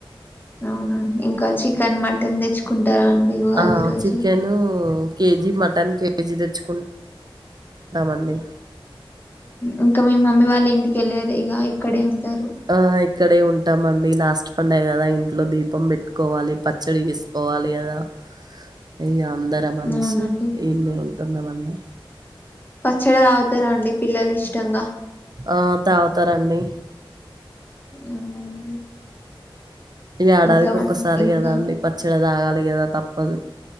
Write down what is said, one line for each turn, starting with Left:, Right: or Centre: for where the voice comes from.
Left: అవునా ఇంక ఇకా చికెన్ మటన్ తెచ్చుకుంటారా అండి ఉగాది
Right: ఆ!
Left: రోజు
Right: చికెను కేజీ మటన్ కేజీ తెచ్చుకుంటామండి
Left: ఇంక మీ మమ్మీ వాళ్ళు ఇంటికెళ్ళారు ఇక ఇక్కడే ఉ తరు
Right: ఆ! ఇక్కడే ఉంటామండి లాస్ట్ పండగ కదా ఇంట్లో దీపం పెట్టుకోవాలి పచ్చడి చేసుకోవాలి కదా ఇ అందరం అనేసి
Left: అవునండి
Right: ఇన్నీ ఉంటున్నామన్నీ
Left: పచ్చడి తాగుతారా అండి పిల్లలు ఇష్టంగా
Right: ఆ తాగుతారండి
Left: అవునండి
Right: ఈ ఏడాదికి
Left: ఇంకా మంచి
Right: ఒక్కసారి
Left: ఇంకా
Right: కదా అండి మంచిగ తాగాలి కదా తప్పదు